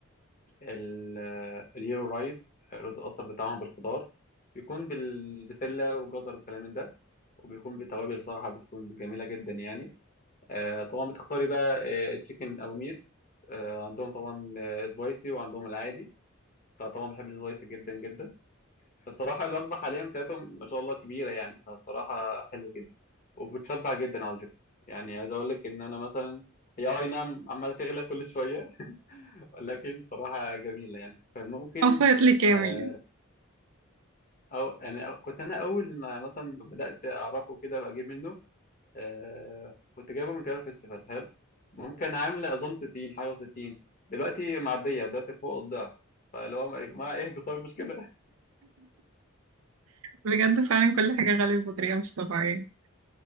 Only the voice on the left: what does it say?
ال... اليورو رايز الرز الاصفر بتاعهم بالخضار بيكون بالبسله وجزر وكلام من ده وبيكون بتوابل بصراحة بتكون جميلة جدا يعني آه طبعا بتختاري بقى آه تشيكن أو ميت آه عندهم طبعا آه سبايسي وعندهم العادي فطبعا بحب السبايسي جدا جدا فبصراحة الوجبة حاليا بتاعتهم ما شاء الله كبيرة يعني فبصراحة حلو جدا وبتشبع جدا على فكرة يعني عايز أقول لك إن أنا مثلا هي آه، أي نعم عمالة تغلى كل شوية <laughs> ولكن بصراحة جميلة يعني فممكن
آه، أو يعني آه، كنت أنا أول ما مثلا بدأت أعرفه كده وأجيب منه آه كنت جايبه من كده فيستيفال حلو ممكن عاملة أظن 60 حاجة و60 دلوقتي معدية دلوقتي فوق الضعف فاللي هو يا جماعة اهدوا طيب مش كده